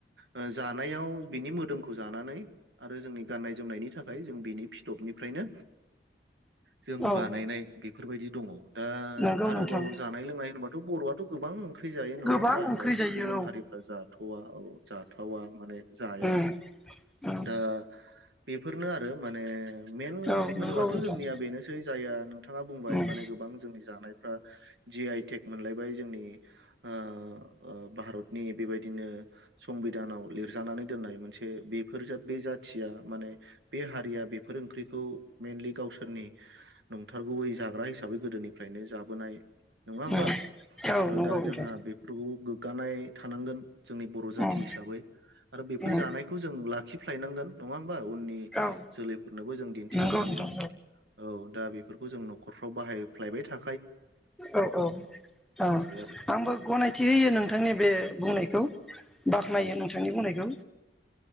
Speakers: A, on the right (about 75°); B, in the centre.
A: ओ जानायाव बिनि मोदोमखौ खौ जानानै आरो जोंनि गाननाय जोमनायनि थाखाय जों बिनि फिथबनिफ्रायनो जों
B: औ
A: बानायनाय बेफोरबायदि दङ दा
B: नंगौ
A: आरोबाव
B: नोंथां
A: जानाय लोंनाय होनबाथ' बर'आ थ गोबां ख्रि जायो नङा
B: गोबां
A: होमबा
B: ओंख्रि
A: जायखौ
B: जायो
A: गुबुन हारिफ्रा जा जाथवा औ जाथावा माने जाया
B: उम उम
A: दा बेफोरनो आरो माने मेन
B: औ
A: होनोबाथ
B: नंगौ नोंथां
A: जोंनिया बेनोसै जाया नोंथाङा बुंबाय
B: उम
A: माने गोबां जोंनि जानायफ्रा जि आइ टेक मोनलायबाय जोंनि अ अ भारतनि बेबायदि नो संबिधानाव लिरजानानै दोननाय मोनसे बेफोर जोब बे जाथिया माने बे हारिया बेफोर ओंख्रिखौ मेइनलि गावसोरनि नंथारगयै जाग्रा हिसाबै गोदोनिफ्रायनो जाबोनाय। नङा होमबा
B: उम औ नंगौ
A: दा
B: नोंथां
A: जोंहा बेफोरखौ गोग्गानाय थानांगोन। जोंनि बर' जाथि
B: उम
A: हिसाबै आरो बेफोर
B: उम
A: जानायखौ जों ला खिफ्लायनांगोन नङा होनबा उननि
B: औ
A: जोलैफोरनोबो जों दिन्थिलांनांगोन।
B: नंगौ नोंथां
A: दा बेफोरखौ जों न'खरफ्राव बाहायफ्लायबाय था
B: औ औ औ
A: थियो आरो
B: आंबो गनायथि होयो नोंथांनि बे बुंनायखौ। बाख्नायो
A: उम
B: नोंथांनि बुंनाय ओ